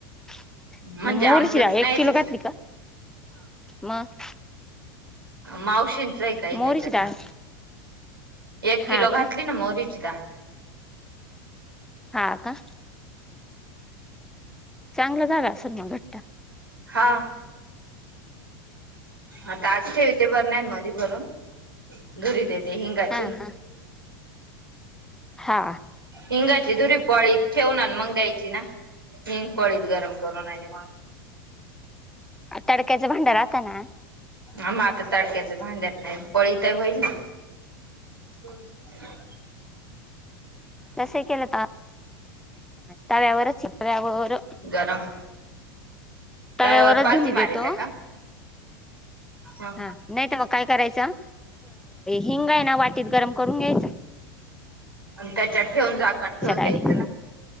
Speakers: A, in the centre; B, on the right.
A: <inaudible>
B: म्हणजे
A: म मोरची
B: आमचंच
A: द्या
B: नाही
A: एक किलो
B: ते
A: घातली का मग <inaudible>
B: माऊ <inaudible> का
A: मोहरीची
B: त्याच्यात
A: डाळ
B: एक
A: हा
B: किलो
A: का
B: घातली मो <inaudible> क का
A: हा का चांगलं झालंेल मग घट्ट
B: हा आता आज ठेवते बर नाहीन म भून धुरी देते हिंगाची
A: हा हा हा
B: हिंगाची दुरी पळी ठेवणार मग द्यायची ना ह पळीच गरम करो ना वा
A: तडक्याचं भांडार राहताना
B: आ मा तर तडक्याच भांड्याेत नाही पोळी तर होईल ना हो
A: जसे केलं तर तव्यावरचव्यावरवर
B: गरम
A: तळ्यावरर
B: तव्यावर पालथी
A: धुनी
B: मारित्या
A: देतो
B: का ह
A: हा नाही तर मग काय करायचं हिंग आहे ना वाटीत गरम करून घ्यायच
B: प त्याच्यात ठेवून जाकण ठेवून द्यायचं
A: डायरेक्ट
B: ना